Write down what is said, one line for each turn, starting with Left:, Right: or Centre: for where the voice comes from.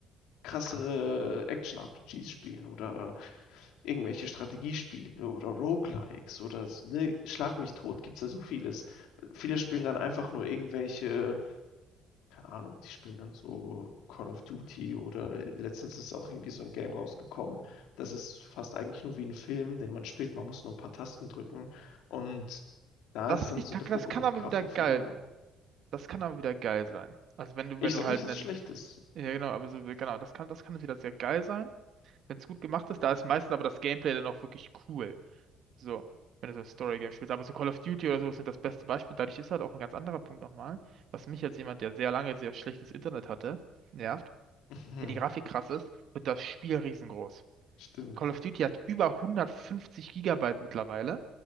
Left: krassere Action-RPGs spielen oder irgendwelche Strategiespiele oder Roguelikes oder ne, Schlag mich tot, gibt's ja so vieles. Viele spielen dann einfach nur irgendwelche, keine Ahnung, die spielen dann so Call of Duty oder letztens ist auch irgendwie so ein Game rausgekommen. Das ist fast eigentlich nur wie ein Film, den man spielt, man muss nur ein paar Tasten drücken und da
Right: Das
Left: ist
Right: finde
Left: dann
Right: ich,
Left: so
Right: das
Left: der Fokus
Right: kann
Left: auf
Right: aber
Left: Grafik
Right: wieder geil.
Left: viel mehr.
Right: Das kann aber wieder geil sein. Also wenn du,
Left: Ich
Right: wenn du
Left: sag
Right: halt
Left: nicht, dass
Right: einen,
Left: es schlecht ist.
Right: ja genau, aber so, genau, das kann, das kann wieder sehr geil sein, wenn es gut gemacht ist. Da ist meistens aber das Gameplay dann auch wirklich cool. So, wenn du so ein Story-Game spielst. Aber so Call of Duty oder sowas sind das beste Beispiel. Dadurch ist halt auch ein ganz anderer Punkt nochmal, was mich als jemand, der sehr lange sehr schlechtes Internet hatte, nervt.
Left: <laughs>
Right: Wenn die Grafik krass ist, wird das Spiel riesengroß.
Left: Stimmt.
Right: Call of Duty hat über 150 Gigabyte mittlerweile.